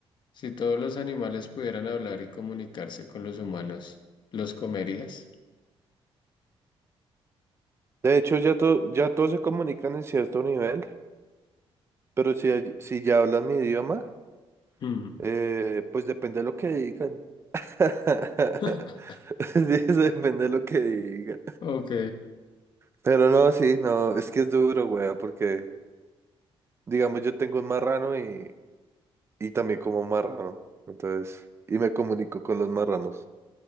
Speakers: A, on the left (about 50°); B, on the right (about 25°).
A: Si todos los animales pudieran hablar y comunicarse con los humanos, ¿los comerías?
B: De hecho, ya, to- ya todos se comunican en cierto nivel, pero si, hay- si ya hablan mi idioma,
A: Mm.
B: eh, pues depende de lo que digan. <laughs>
A: <laughs>
B: Sí, eso depende de lo que digan.
A: Ok,
B: Pero no, sí, no, es que es duro, güey, porque Digamos, yo tengo un marrano y, y también como marrano. Entonces, y me comunico con los marranos.